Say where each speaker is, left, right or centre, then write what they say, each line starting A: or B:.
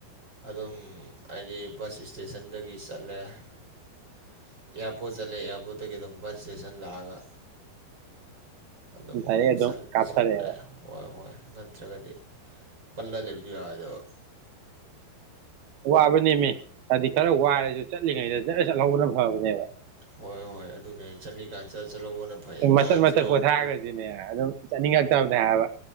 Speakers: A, on the right; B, on the right.
A: ꯑꯗꯨꯝ ꯍꯥꯏꯗꯤ ꯕꯁ ꯏꯁꯇꯦꯁꯟꯗꯒꯤ ꯆꯠꯂꯦ ꯑꯦꯌꯥꯔꯄꯣꯔꯠ ꯆꯠꯂꯦ ꯑꯦꯌꯥꯔꯄꯣꯔꯠꯇꯒꯤ ꯑꯗꯨꯝ ꯕꯁ ꯏꯁꯇꯦꯁꯟ ꯂꯥꯛꯑꯒ ꯑꯗꯨꯝ
B: ꯗꯥꯏꯔꯦꯛ ꯑꯗꯨꯝ ꯀꯥꯞꯊꯔꯛꯑꯦꯕ
A: ꯁꯨꯝ ꯂꯩꯑꯦ ꯍꯣꯏ ꯍꯣꯏ ꯅꯠꯇ꯭ꯔꯒꯗꯤ ꯄꯜꯂꯜꯂꯤꯕꯗꯨ ꯌꯥꯏꯗꯕ
B: ꯋꯥꯕꯅꯦꯃꯤ ꯍꯥꯏꯗꯤ ꯈꯔ ꯋꯥꯔꯁꯨ ꯆꯠꯂꯤꯉꯩꯗ ꯖꯠ ꯆꯠꯍꯧꯕꯅ ꯐꯕꯅꯦꯕ
A: ꯍꯣꯏ ꯍꯣꯏ ꯑꯗꯨꯅꯦ ꯆꯠꯂꯤꯀꯥꯟꯗ ꯆꯠ ꯆꯠꯍꯧꯕꯅ ꯐꯩ
B: ꯃꯇꯠ
A: ꯅꯍꯥꯟꯁꯨ
B: ꯃꯇꯠ ꯄꯣꯊꯥꯒ꯭ꯔꯗꯤꯅ‌ꯦ ꯑꯗꯨꯝ ꯆꯠꯅꯤꯡꯉꯥꯛꯇꯕꯅ‌ꯦ ꯍꯥꯏꯕ